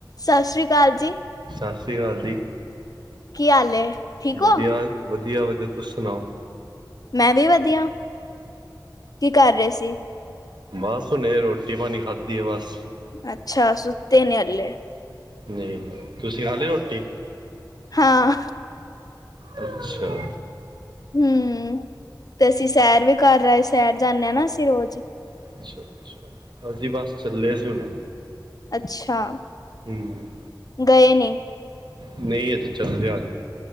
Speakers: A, on the left; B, on the right.
A: ਸਤਿ ਸ੍ਰੀ ਅਕਾਲ ਜੀ।
B: ਸਤਿ ਸ਼੍ਰੀ ਅਕਾਲ ਜੀ।
A: ਕੀ ਹਾਲ ਏ? ਠੀਕ
B: ਵਧੀਆ
A: ਹੋ
B: ਵਧੀਆ ਵਧੀਆ, ਤੁਸੀ ਸੁਣਾਓ?
A: ਮੈਂ ਵੀ ਵਧੀਆ, ਕੀ ਕਰ ਰਹੇ ਸੀ?
B: ਬਸ ਹੁਣੇ, ਰੋਟੀ ਪਾਣੀ ਖਾਧੀ ਆ ਬਸ।
A: ਅੱਛਾ, ਸੁੱਤੇ ਨੀ ਹਾਲੇ।
B: ਨਹੀਂ, ਤੁਸੀਂ ਖਾ ਲਈ ਰੋਟੀ?
A: ਹਾਂ
B: ਅੱਛਾ।
A: ਹਮ, ਤੇ ਅਸੀਂ ਸੈਰ ਵੀ ਕਰ ਆਏ, ਸੈਰ ਜਾਂਦੇ ਹਾਂ ਨਾ ਅਸੀਂ ਰੋਜ਼।
B: ਅੱਛਾ ਅੱਛਾ, ਅਸੀਂ ਬਸ ਚੱਲੇ ਸੀ ਹੁਣੇ।
A: ਅੱਛਾ,
B: ਹੂੰ
A: ਗਏ ਨੀਂ?
B: ਨਹੀਂ ਇਹ ਤੇ ਚੱਲ ਲਿਆ ਜੇ,